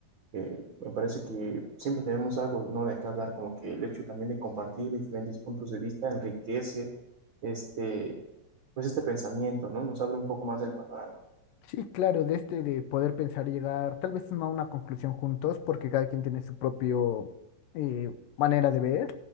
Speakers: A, on the right; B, on the left.
A: Eh, me parece que siempre tenemos algo, ¿no? De qué hablar, como que el hecho también de compartir diferentes puntos de vista enriquece este, pues este pensamiento, ¿no? Nos abre un poco más el panorama.
B: Sí, claro, de este de poder pensar y llegar, tal vez no a una conclusión juntos, porque cada quien tiene su propio eh, manera de ver,